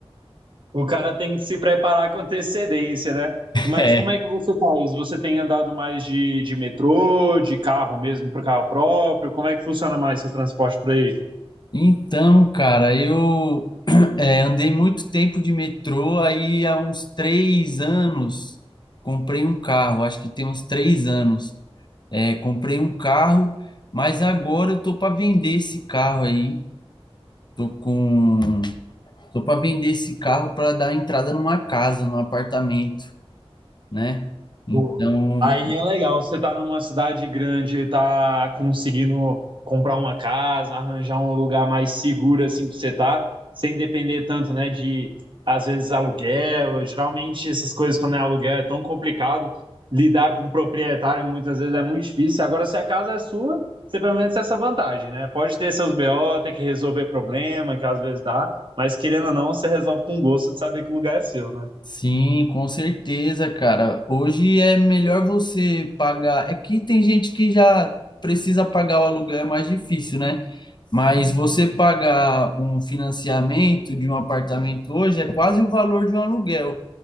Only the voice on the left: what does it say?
É.
Então, cara, eu <clears throat> eh, andei muito tempo de metrô, aí há uns três anos comprei um carro, acho que tem uns três anos. Eh, comprei um carro, mas agora eu tô para vender esse carro aí. Tô com, tô para vender esse carro para dar entrada numa casa, num apartamento, né? Então,
Sim, com certeza, cara. Hoje é melhor você pagar. É que tem gente que já precisa pagar o aluguel, é mais difícil, né? Mas você pagar um financiamento de um apartamento hoje é quase o valor de um aluguel.